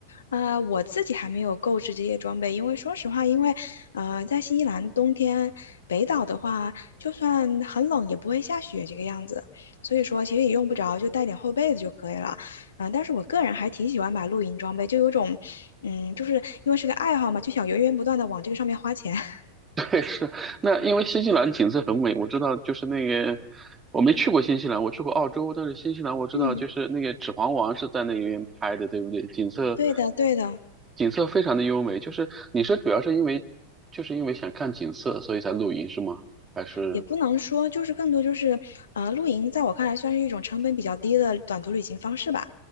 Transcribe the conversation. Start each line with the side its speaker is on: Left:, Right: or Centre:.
Left: 啊、我自己还没有购置这些装备，因为说实话，因为呃在新西兰冬天北岛的话，就算很冷也不会下雪这个样子，所以说其实也用不着，就带点厚被子就可以了。啊、但是我个人还挺喜欢买露营装备，就有种，嗯，就是因为是个爱好嘛，就想源源不断的往这个上面花钱。<laughs>
Right: 对，是那因为新西兰景色很美，我知道就是那个我没去过新西兰，我去过澳洲，但是新西兰我知道就是那个《指环王》是在那边拍的，
Left: 嗯，
Right: 对不对？景色
Left: 对的，对的。
Right: 景色非常的优美，就是你是主要是因为就是因为想看景色，所以才露营是吗？还是
Left: 也不能说，就是更多就是，呃，露营在我看来算是一种成本比较低的短途旅行方式吧，